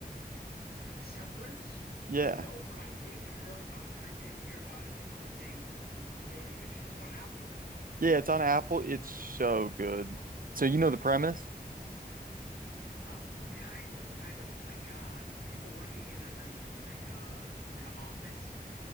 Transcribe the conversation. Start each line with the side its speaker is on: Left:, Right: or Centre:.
Left: Severance?
Right: Yeah.
Left: No, but I did heard about it. I did hear about it. People were saying it was a very good show. It's on Apple, isn't it?
Right: Yeah, it's on Apple. It's so good. So you know the premise?
Left: Uh, kind of, kind of. It's like uh people working in a an, an like uh in an office